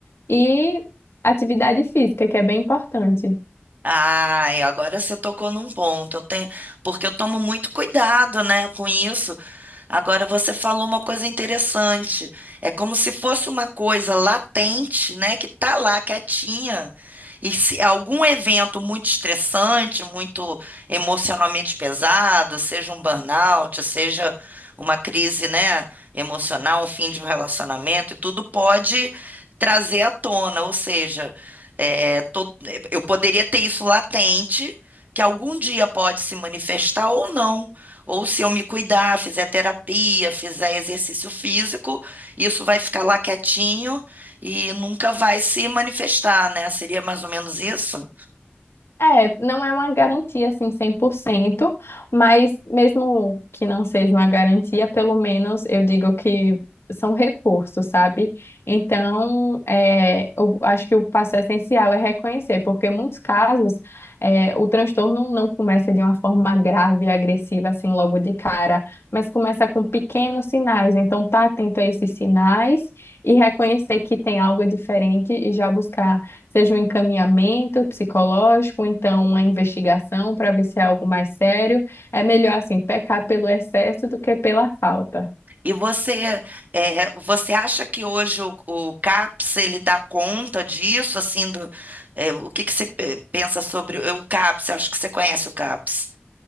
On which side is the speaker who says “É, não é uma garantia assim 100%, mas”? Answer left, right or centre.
Left